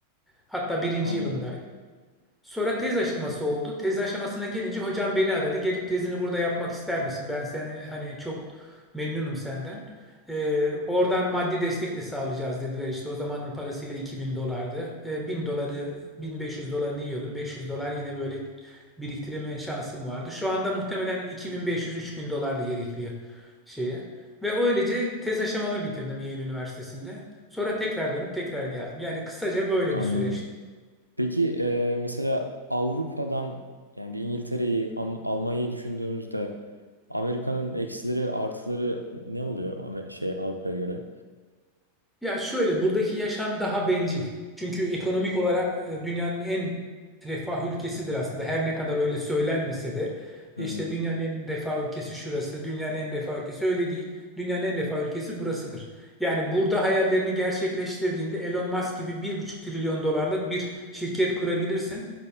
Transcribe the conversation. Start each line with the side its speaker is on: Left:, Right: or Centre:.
Centre: Hatta birinci
Right: anladım.
Centre: yılındaydım. Sonra tez aşaması oldu. Tez aşamasına gelince hocam beni aradı. Gelip tezini burada yapmak ister misin? Ben seni hani çok memnunum senden. Ee, oradan maddi destek de sağlayacağız dediler. İşte o zamanın parasıyla 2000 dolardı. Ee, 1000 doları, 1500 dolarını yiyordum. 500 dolar yine böyle biriktirme şansım vardı. Şu anda muhtemelen 2500-3000 dolarla yer şeye. Ve öylece tez aşamamı bitirdim Yale Üniversitesi'nde. Sonra tekrar dönüp tekrar geldim. Yani kısaca böyle
Right: Anladım.
Centre: bir süreçti.
Right: Peki e, mesela Avrupa'dan yani bir İngiltere'yi, Am- Almanya'yı düşündüğümüzde Amerika'nın eksileri, artıları ne oluyor Amer- şey Avrupa'ya göre?
Centre: Ya şöyle buradaki yaşam daha bencil. Çünkü ekonomik olarak e, dünyanın en refah ülkesidir aslında. Her ne kadar öyle söylenmese de
Right: Hı
Centre: işte
Right: hı.
Centre: dünyanın en refah ülkesi şurası, dünyanın en refah ülkesi öyle değil. Dünyanın en refah ülkesi burasıdır. Yani burada hayallerini gerçekleştirdiğinde Elon Musk gibi bir buçuk trilyon dolarlık bir şirket kurabilirsin.